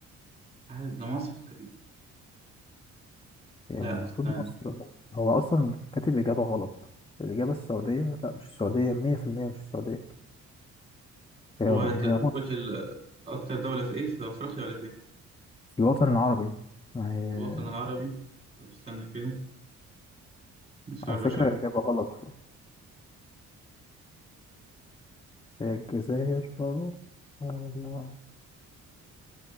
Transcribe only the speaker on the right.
آه، ده مصر تقريبا
لا
استنى
هو أنت
بتقولش
ال- أكتر دولة في ايه في أفريقيا ولا فين
الوطن العربي طب استنى كده نسرش
عليه